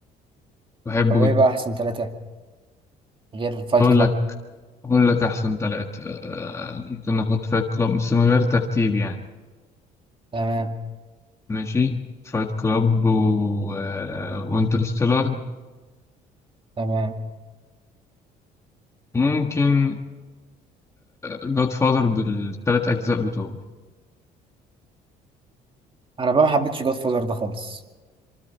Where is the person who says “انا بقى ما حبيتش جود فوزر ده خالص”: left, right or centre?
Right